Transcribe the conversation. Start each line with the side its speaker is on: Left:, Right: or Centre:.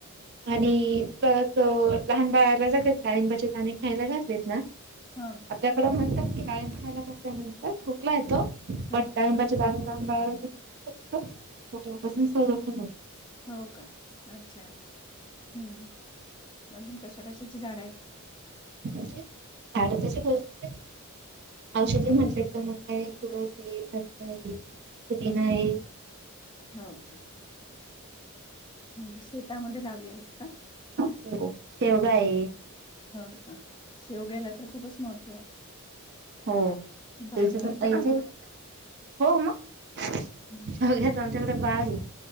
Right: आणि प्लस अ लहान बाळाला जर का डाळींबाचे दाणे खायला घातलेत ना
Left: हा.
Right: आपल्याकडे म्हणतात की डाळींब खायला घातल्यानंतर खोकला येतो
Left: हा
Right: बट डाळींबात <unintelligible> खोकला पासून संरक्षण होत.
Left: हो का अच्छा ह् अजून कशा कशाची झाडं आहेत?
Right: म्हणजे आड <unintelligible> औषधी म्हटल्यात तर मग काय तुळस आहे सबजा आहे पुदिना आहे.
Left: हो का. ह शेतामध्ये लावली आहेत का?
Right: हो शेवगा हाये.
Left: हो का शेवग्याला तर खूपच महत्त्व आहे.
Right: हो
Left: भाजी
Right: तेच
Left: करता
Right: पण याचे
Left: का मग
Right: हो मग तो
Left: हं.
Right: आमच्याकडे बाग हे.